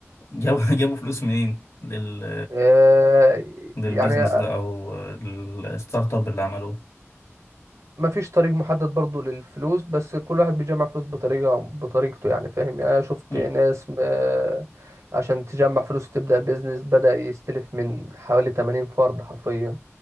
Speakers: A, on the left; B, on the right.
A: جابوا <laughs> جابوا فلوس منين لل
B: آه،
A: للبيزنس
B: يعني
A: ده او الستارت اب اللي عملوه
B: مفيش طريق محدد برضو للفلوس بس كل واحد بيجمع فلوس بطريقة بطريقته يعني فاهم يعني أنا شفت
A: مم.
B: ناس آه، عشان تجمع فلوس وتبدأ بيزنس بدأ يستلف من حوالي 80 فرد حرفيا